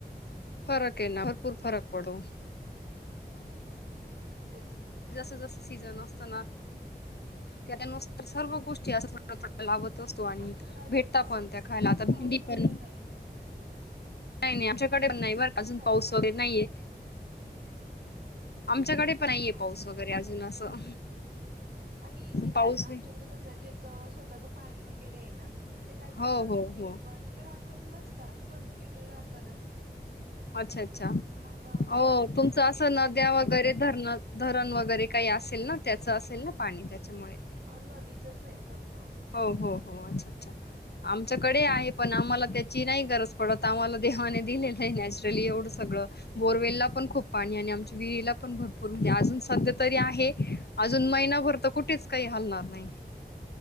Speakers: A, on the left; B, on the right.
A: फरक आहे ना, भरपूर फरक पडू.
B: तेच ना.
A: जसं-जसं सीझन असतं ना त्यानुसार सर्व गोष्टी असं थोड-थोड्या लावत असतो. तो आणि
B: आमच्याकडे अजून
A: भेटता
B: पाऊ
A: पण त्या
B: म्हणजे
A: खायला
B: इकड
A: आता
B: पाऊस
A: भेंडी
B: वगैरे
A: पण
B: नाही
A: नाही -नाही आमच्याकडे नाही बरं का, अजून
B: काय
A: पाऊस
B: म्हणला
A: वगैरे नाहीये आमच्याकडे. पण नाहीये
B: हा
A: पाऊस वगैरे अजून असं,
B: आणि
A: पाऊस
B: जे आमच्याकडे
A: आहे.
B: कसं जच स्वतःच पाणी वगैरे आहे ना, ते काय करतात,
A: हो हो
B: की
A: हो
B: बाबा तिथं राखण बसतात कंटिन्यू राखण असते.
A: अच्छा, अच्छा,
B: मग
A: हो
B: स्वतःच म्हटलं
A: तुमचं असं
B: तरी जपून
A: नद्या
B: पाणी
A: वगैरे
B: वापरतात
A: धरणं,
B: भरपूर
A: धरण वगैरे काही असेल ना, त्याचं असेल ना पाणी, त्याच्यामुळे.
B: अ नदीचच आहे फक्त.
A: हो, हो, हो अच्छा-अच्छा आमच्याकडे आहे पण आम्हांला त्या ची नाही गरज पडत आम्हांला देवाने दिलेलं आहे नॅचरली एवढं सगळं. बोरवेलला पण खूप पाणी आणि आमच्या विहिरीला पण भरपूर म्हणजे अजून सध्या तरी आहे. अजून महिनाभर तर कुठेच काही हालणार नाही.